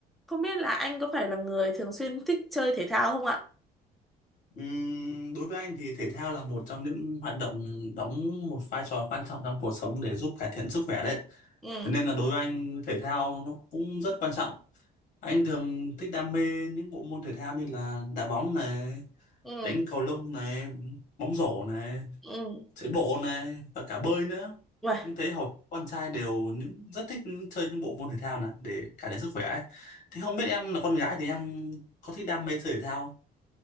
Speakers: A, in the centre; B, on the left (about 50°).
A: Không biết là anh có phải là người thường xuyên thích chơi thể thao không ạ?
B: Ừm, đối với anh thì thể thao là một trong những hoạt động đóng một vai trò quan trọng trong cuộc sống để giúp cải thiện sức khỏe đấy.
A: Ừ,
B: Thế nên là đối với anh thể thao nó cũng rất quan trọng. Anh thường thích đam mê những bộ môn thể thao như là đá bóng này,
A: ừ,
B: đánh cầu lông này, bóng rổ này,
A: ừ.
B: chạy bộ này và cả bơi nữa.
A: Uầy,
B: Nhưng thấy hầu con trai đều những rất thích chơi những bộ môn thể thao này để cải thiện sức khỏe ấy. Thế không biết em là con gái thì em có thích đam mê chơi thể thao?